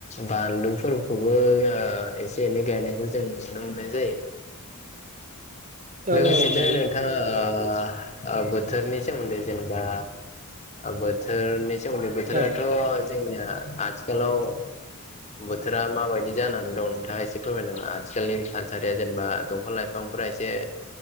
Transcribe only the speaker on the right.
औ
औ गायो
औ
औ